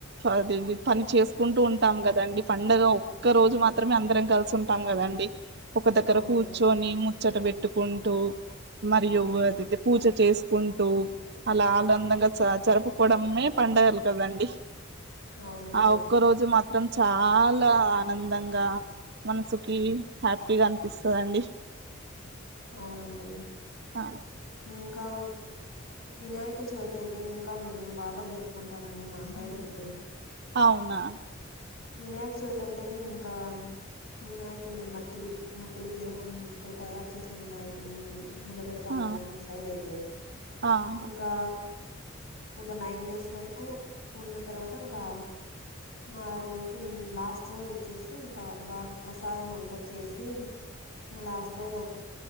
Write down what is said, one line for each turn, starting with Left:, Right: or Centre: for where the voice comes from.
Right: అది పని చేసుకుంటూ ఉంటాం కదండి పండగ ఒక్క రోజు మాత్రమే అందరం కలిసి ఉంటాం కదండి ఒక దగ్గర
Left: అవునండి
Right: కూర్చొని ముచ్చట పెట్ పెట్టుకుంటూ మరియు అదది పూజ చేసుకుంటూ అలా ఆనందంగా చ చరుపుకోవడమే పండగలు కదండి
Left: అవునండి
Right: ఆ ఒక్క రోజు మాత్రం చాలా ఆనందంగా మనసుకి హ్యాపీగా అనిపిస్తదండి
Left: అవునండి
Right: ఆ
Left: ఇంకా వినాయక చవితి అయితే ఇంకా మేము బాగా జరుపుకుంటం అండి మా సైడ్ అయితే
Right: అవునా
Left: వినాయక చవితి అంటేనే ఇంకా వినాయకుడిని మట్టి విగ్ మట్టి విగ్రహంతో తయారు చేసిన వినాయకున్ని నిలబెడతామండి
Right: ఆ
Left: మా సైడ్ అయితే
Right: ఆహా
Left: ఇంకా ఒక నైన్ డేస్ వరకు ఉన్న తర్వాత ఇంకా ఆ రోజు లాస్ట్ రోజు వచ్చేసి ఇంకా బాగా ప్రసాదం అంతా చేసి మల లాస్ట్ రోజ